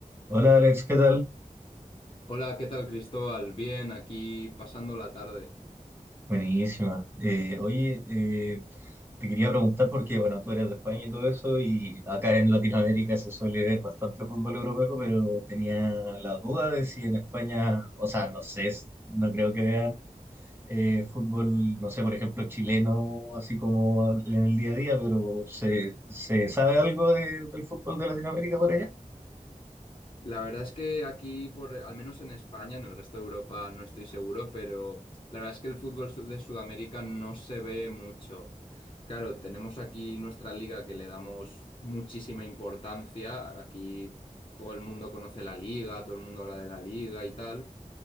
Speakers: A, on the right (about 15°); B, on the left (about 40°).
A: Hola Alex, ¿qué tal?
B: Hola, ¿qué tal, Cristóbal? Bien, aquí pasando la tarde.
A: Buenísima. Eh, oye, eh, te quería preguntar porque, bueno, tú eres de España y todo eso, y acá en Latinoamérica se suele ver bastante fútbol europeo, pero tenía la duda de si en España, o sea, no sé, s- no creo que vean eh, fútbol, no sé, por ejemplo, chileno, así como en el día a día, pero ¿se, se sabe algo de- del fútbol de Latinoamérica por allá?
B: La verdad es que aquí, por, al menos en España, en el resto de Europa no estoy seguro, pero la verdad es que el fútbol su- de Sudamérica no se ve mucho. Claro, tenemos aquí nuestra liga que le damos muchísima importancia. Aquí todo el mundo conoce la liga, todo el mundo habla de la liga y tal.